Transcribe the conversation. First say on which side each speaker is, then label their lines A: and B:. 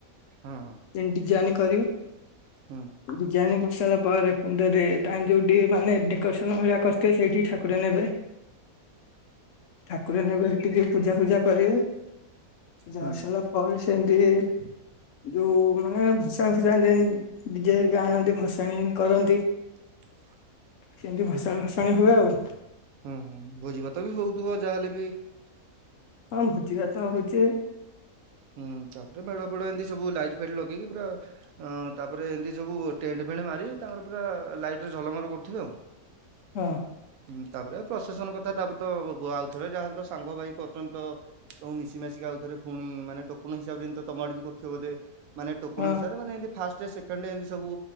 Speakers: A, on the right; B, on the left.
A: ହଁ ହଁ।
B: ଏମି ଡିଜାଇନ୍ କରିବେ।
A: ହୁଁ।
B: ଡିଜାଇନ କରିସାରିଲା ପରେ ଫୁନ୍ଦରେ ଟାମ୍ ଯୋଉଠି ମାନେ ଡେକୋରେସନ ଭଳିଆ କରିିଥିବେ ସେଇଠି ଠା ଠାକୁର ନେବେ ଠାକୁର ନେବେ ସେ ଟିକି ପୂଜା ଫୂଜା କରିବେ। ଜଷଲା
A: ହୁଁ
B: ପରେ ସେ ଏଡିି। ଯୋଉଁ ମାନେ ଫସାଣ ଫସାଣି ଯେମିତି ଡି ଜେ ହେରୀକା ଆଣନ୍ତି ଭସାଣି କରନ୍ତି।
A: ହ। <unintelligible>
B: ସେମତି ଭସାଣ ଫସାଣି ହୁଏ ଆଉ।
A: ହୁଁ ହୁଁ ଭୋଜି ଭାତ ବି ହଉଥିବ ଯାହେଲେ ବି।
B: ହଁ ଭୋଜିିଭାତ ହଉଛେ।
A: ହୁଁ ତାପରେ ମେଢ଼ ଫେଡଏମିତି ସବୁ ଲାଇଟ ଫାଇଟ୍ ଲଗେଇକି ପୁରା। ଅ ତାପରେ ଏମିତି ସବୁ ଟେଣ୍ଟ ଫେଣ୍ଟ ମାରି ତାଙ୍କର ପୁରା ଲାଇଟ। ଝଲମଲ କରୁଥିବେ ଆଉ
B: ହଁ
A: ହୁ ତାପରେ ପ୍ରଶସନ କଥା ତାପରେ। ତ ବ ବ ଆଉଥରେ ଯାହାହେଲେ ତ ସାଙ୍ଗ ଭାଇ କରୁଛନ୍ତି ତ ସବୁ ମିଶି ମାଶିକି ଆଉଥରେ ଫୁଣି ମାନେ। ଟୋକନ ହିସାବରେମି ତମଡ ବି କରୁଥିବ ବୋ ମାନେ ଟୋକନ
B: ହଁ
A: ହିସାବରେ ମାନେ ଏମିତି ଫାଷ୍ଟ ସେକେଣ୍ଡ ଏମିତି ସବୁ।